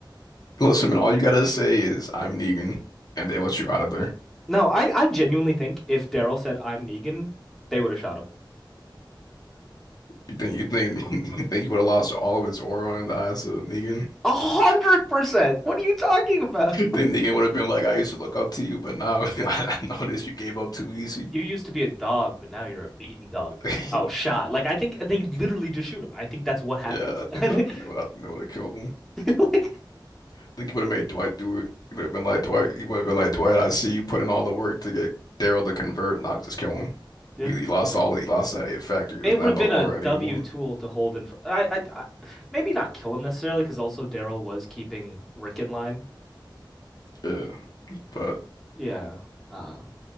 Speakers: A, on the left; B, in the centre.
A: Listen, man. All you gotta say is I'm Negan, and they let you out of there.
B: No, I I genuinely think if Daryl said I'm Negan, they would have shot him.
A: You think you think <laughs> you think you would have lost all of his aura in the eyes of Negan?
B: A hundred percent. What are you talking about?
A: Then the game would have been like, I used to look up to you, but now <laughs> I noticed you gave up too easy.
B: You used to be a dog, but now you're a beaten dog.
A: <laughs>
B: Oh, shot. Like I think they literally just shoot him. I think that's what happens.
A: Yeah, I
B: <laughs>
A: think
B: I think,
A: I think they would, I think they would have killed him.
B: like,
A: I think he would have made Dwight do it. He would have been like Dwight. He would have been like Dwight. I see you put in all the work to get Daryl to convert, not just kill him.
B: yeah.
A: He, he lost all. the He lost that it factor. He
B: It
A: doesn't
B: would
A: have
B: have been
A: no aura
B: a W
A: anymore.
B: tool to hold in. I, I, I maybe not kill him necessarily because also Daryl was keeping Rick in line.
A: Yeah, but,
B: Yeah. Uh,